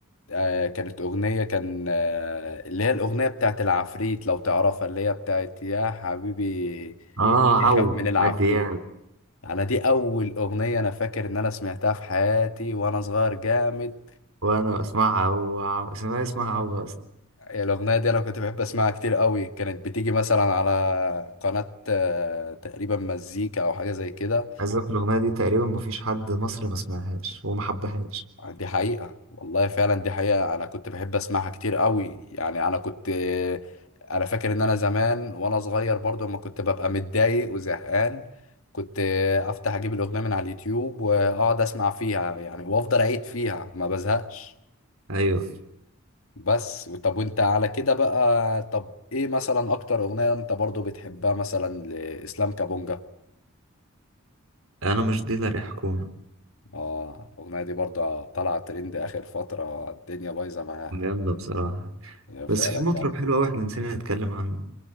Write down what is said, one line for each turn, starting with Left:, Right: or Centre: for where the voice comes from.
Left: آه كانت أغنية كان آه اللي هي الأغنية بتاعت العفريت لو تعرفها اللي هي بتاعت يا حبيبي
Right: اه
Left: يخاف
Right: عو
Left: من العفريت
Right: عدي يعني
Left: انا دي اول اغنيه انا فاكر ان انا سمعتها في حياتي وانا صغير جامد
Right: وانا اسمعها عو عو اسمها اسمها عو اصلا
Left: الاغنيه دي انا كنت بحب اسمعها كتير قوي كانت بتيجي مثلا على قناه آه، تقريبا مزيكا او حاجه زي كده
Right: عايز اقول الاغنيه دي تقريبا مفيش حد مصري ما سمعهاش وما حبهاش
Left: دي حقيقه والله فعلا دي حقيقه انا كنت بحب اسمعها كتير قوي يعني انا كنت انا فاكر ان انا زمان وانا صغير برضو لما كنت ببقى متضايق وزهقان كنت افتح اجيب الاغنيه من على اليوتيوب واقعد اسمع فيها يعني وافضل اعيد فيها ما بزهقش
Right: ايوه
Left: بس طب وانت على كده بقى طب ايه مثلا اكتر اغنية انت برضو بتحبها مثلا لإسلام كابونجا
Right: انا مش ديلر يا حكومه
Left: اه الاغنية دي برضو طالعة ترند اخر فترة الدنيا بايظة معاها
Right: جامده بصراحه
Left: هي
Right: بس
Left: فعلا
Right: في مطرب
Left: جامد
Right: حلو قوي احنا نسينا نتكلم عنه